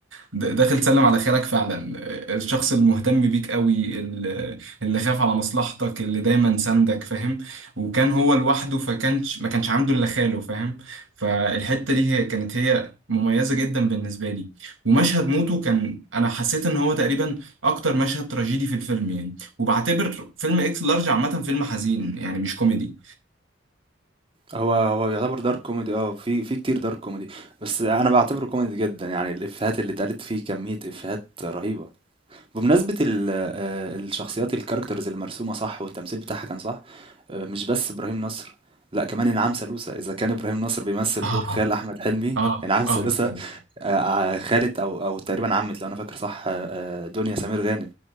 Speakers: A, on the right; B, on the right.
A: د- داخل سلم على خالك فعلا الشخص المهتم بيك قوي اللي اللي خاف على مصلحتك اللي دايما ساندك فاهم وكان هو لوحده فكانش ما كانش عنده الا خاله فاهم فالحته دي هي كانت هي مميزه جدا بالنسبه لي ومشهد موته كان انا حسيت ان هو تقريبا اكتر مشهد تراجيدي في الفيلم يعني وبعتبر فيلم اكس لارج عامه فيلم حزين يعني مش كوميدي
B: هو هو يعتبر dark comedy آه، في في كتير dark comedy، بس أنا باعتبره comedy جدًا، يعني الإفيهات اللي اتقالت فيه كمية إفيهات رهيبة. بمناسبة ال آآ الشخصيات الcharacters اللي مرسومة صح والتمثيل بتاعها كان صح آآ مش بس إبراهيم نصر، لأ كمان إنعام سالوسة، إذا كان إبراهيم نصر بيمثّل
A: اه
B: دور خال أحمد حلمي،
A: اه
B: إنعام سالوسة
A: اه بجد.
B: آآ ع خالة أو أو تقريبًا عمّة لو أنا فاكر صح آآ دنيا سمير غانم،